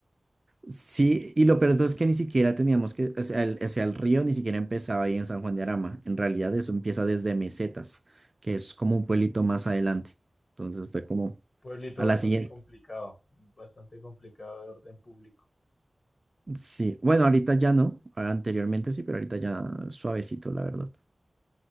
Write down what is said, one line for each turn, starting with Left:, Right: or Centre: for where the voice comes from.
Right: Sí, y lo peor de todo es que ni siquiera teníamos que, o sea, el, o sea, el río ni siquiera empezaba ahí en San Juan de Arama, en realidad eso empieza desde Mesetas, que es como un pueblito más adelante. Entonces fue como
Left: Pueblito
Right: a
Left: bastante
Right: la siguiente.
Left: complicado, bastante complicado de orden público.
Right: Sí, bueno, ahorita ya no, ahora anteriormente sí, pero ahorita ya suavecito, la verdad.